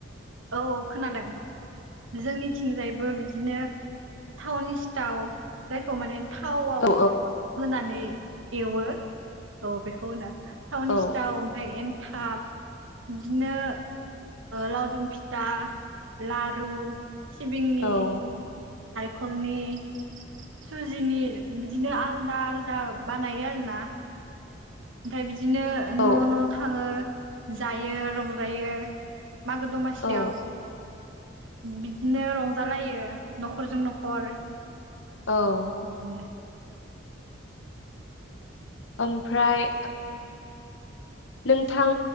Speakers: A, on the right; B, on the left.
A: औ औ खोनादों जोंनिथिंजायबो बिदिनो टावनि सिथाव जायखौ माने थावआव
B: औ
A: होनानै एवो औ बेखौ होनो थावनि
B: औ
A: सिटाव ओमफ्राय एनथाब बिदिनो लावदुम फि था लारु नारेंखलनि
B: औ
A: खलनि सुजिनि बिदिनो आलदा आलादा बानायो आरो ना ओमफ्राय बिदिनो न'
B: औ
A: न' थाङो जायो रंजायो मागो दमासियाव
B: औ
A: बिदिनो रंजालायो न'खरजों न'खर
B: औ
A: बिदिनो
B: ओमफ्राय नोंथां